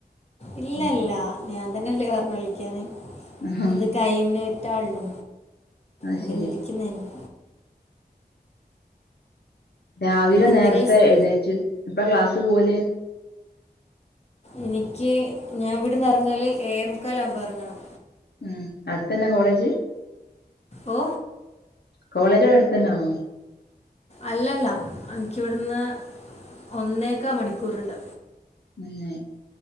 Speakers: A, on the left (about 40°); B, on the left (about 85°).
A: ഇല്ലല്ല
B: ഉം
A: ഞാൻ തന്നല്ലേ പറഞ്ഞു വിളിക്കാന്
B: ആഹാ
A: അത് കഴിഞ്ഞിട്ടള്ളൂ.
B: അത്
A: എങ്ങനെ
B: ശെരി
A: ഇരിക്കുന്നെന്ന്.
B: രാവിലെ
A: എന്തെങ്കിലും
B: നേരത്തെ
A: സ്-
B: എഴുന്നേച്ച് എപ്പ ക്ലാസ് പോവല്?
A: എനിക്ക് ഞാൻ ഇവിടുന്ന് എറങ്ങല് ഏഴേമുക്കാലാവുമ്പോ എറങ്ങണം.
B: ഉം അടുത്തന്നെ കോളേജ്
A: ഓ
B: കോളേജടെ അടു തന്നാണോ?
A: അല്ലല്ല ഇനിക്കിവിടുന്ന് ഒന്നേകാ മണിക്കൂറുണ്ട്.
B: ഏ